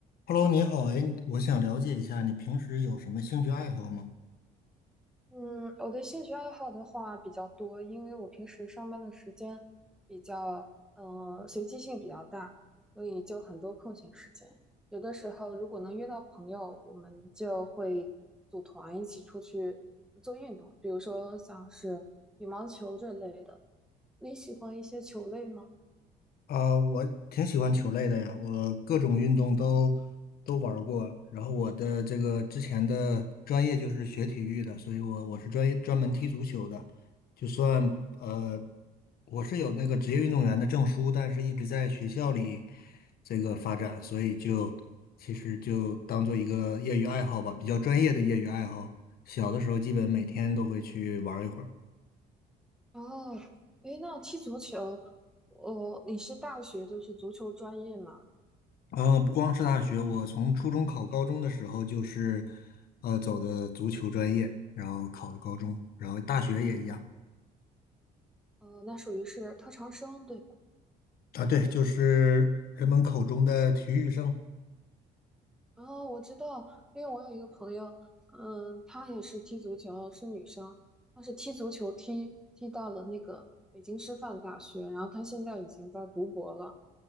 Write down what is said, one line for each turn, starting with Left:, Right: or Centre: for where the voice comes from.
Left: Hello，你好，哎，我想了解一下你平时有什么兴趣爱好吗？
Centre: 嗯，我的兴趣爱好的话比较多，因为我平时上班的时间比较，呃，随机性比较大，所以就很多空闲时间。有的时候如果能约到朋友，我们就会组团一起出去做运动，比如说像是羽毛球这类的。你喜欢一些球类吗？
Left: 啊、我挺喜欢球类的呀，我各种运动都都玩儿过。然后我的这个之前的专业就是学体育的，所以我我是专业专门踢足球的。就算呃，我是有那个职业运动员的证书，但是一直在学校里这个发展，所以就其实就当做一个业余爱好吧，比较专业的业余爱好。小的时候基本每天都会去玩儿一会儿。
Centre: 哦，诶，那踢足球，我、你是大学就是足球专业嘛？
Left: 嗯，呃不光是大学，我从初中考高中的时候就是，呃，走的足球专业，然后考的高中，然后大学也一样
Centre: 呃，那属于是特长生，对
Left: 啊。对，就是人们口中的体育生。
Centre: 哦，我知道，因为我有一个朋友，嗯，她也是踢足球，是女生，她是踢足球踢踢到了那个北京师范大学，然后她现在已经在读博了，